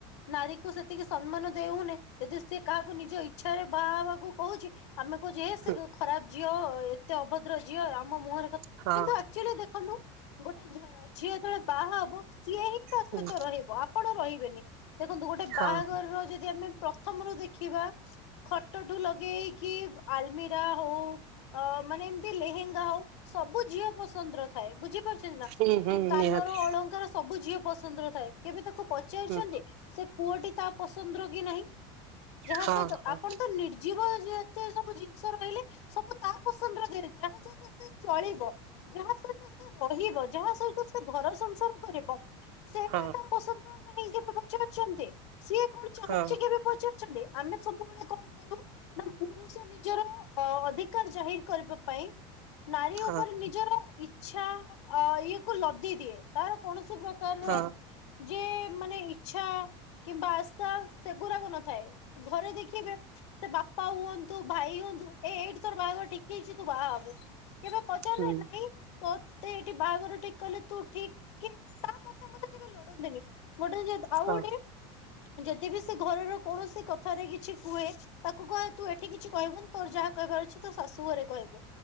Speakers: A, on the left (about 85°); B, on the right (about 65°).
A: ନାରୀକୁ ସେତିକି ସମ୍ମାନ ଦେଉନେ ଯଦି ସିଏ କାହାକୁ ନିଜ ଇଚ୍ଛାରେ ବାହା ହେବାକୁ କହୁଛି ଆମେ କହୁଛେ ସେ
B: ହୁଁ
A: ଖରାପ ଝିଅ ଏତେ ଅଭଦ୍ର ଝିଅ ଆମ ମୁହଁରେ କିନ୍ତୁ
B: ହଁ
A: ଆକ୍ଚୁଆଲି ଦେଖନ୍ତୁ ଗୋଟେ ଝିଅ ଯେତେବେଳେ ବାହା ହବ, ସିଏ ହିଁ
B: ହୁଁ
A: ସହିତ ରହିବ ଆପଣ ରହିବେନି ଦେଖନ୍ତୁ ଗୋଟେ
B: ହଁ
A: ବାହାଘରର ଯଦି ଆମେ ପ୍ରଥମରୁ ଦେଖିବା ଖଟଠୁ ଲଗେଇକି ଆଲମିରା ହଉ ମାନେ ଏମିତି ଲେହେଙ୍ଗା ହଉ, ସବୁ ଝିଅ ପସନ୍ଦର ଥାଏ ବୁଝିପାରୁ ନା
B: ହୁଁ ହୁଁ
A: କାନର
B: ନିହାତି
A: ଅଳଙ୍କାର, ସବୁ ଝିଅ ପସନ୍ଦର ଥାଏ। କେବେ ତାକୁ ପଚାରିଛନ୍ତି,
B: ହୁଁ
A: ସେ ପୁଅଟି ତା ପସନ୍ଦ ର କି ନାହିଁ। ଯାହା
B: ହଁ
A: ସହିତ
B: ହଁ
A: ଆପଣ ତ ନିର୍ଜୀବ ଯେ ଏତେ ସବୁ ଜିନିଷ ରହିଲେ ସବୁ ତା ପସନ୍ଦର <unintelligible> ଚଳିବ ଯାହା ସହିତ ସେ ରହିବ, ଯାହା ସହିତ ସେ ଘର ସଂସାର କରିବ ସେଇଟା
B: ହଁ
A: ତା ପସନ୍ଦର ନାହିଁ କେବେ ପଚାରୁଛନ୍ତି? ସିଏ କଣ ଚାହୁଁଛି
B: ହଁ
A: କେବେ ପଚାରୁଛନ୍ତି? ଆମେ ସବୁବେଳେ କଣ କରୁ ନା ପୁରୁଷ ନିଜର ଅ ଅଧିକାର ଜାହିର କରିବା ପାଇଁ ନାରୀ
B: ହଁ
A: ଉପରେ ନିଜର ଇଚ୍ଛା ଇଏ କୁ ଲଦି ଦିଏ ତାର କୌଣସି ପ୍ରକାର ଯେ
B: ହଁ
A: ମାନେ ଇଛା କିମ୍ବା ଆସ୍ଥା ସେଗୁଡାକ ନଥାଏ, ଘରେ ଦେଖିବେ ସେ ବାପା ହୁଅ ତୁ ଭାଇ ହୁଅନ୍ତୁ, ଏଇ ଏଇଠି ତୋର ବାହାଘର ଠିକ୍ ହେଇଛି, ତୁ ବାହାହବୁ କେବେ ପଚାରିଲେ
B: ହୁଁ
A: ନାହିଁ, ତତେ ଏଇଠି ବାହାଘର ଠିକ କଲେ, ତୁ ଠିକ କି? ତାମତ ତ ମତେ କେବେ ଲୋଡନ୍ତିନି, ଗୋଟେ ଜିଦ୍ ଆଉ
B: ହଁ
A: ଗୋଟେ ଯଦି ବି ସେ ଘରର କୌଣସି କଥାରେ କିଛି କୁହେ, ତାକୁ କହେ ତୁ ଏଠି କିଛି କହିବୁନି ତୋର ଯାହା କହିବା ଅଛିତ, ଶାଶୁ ଘରେ କହିବୁ।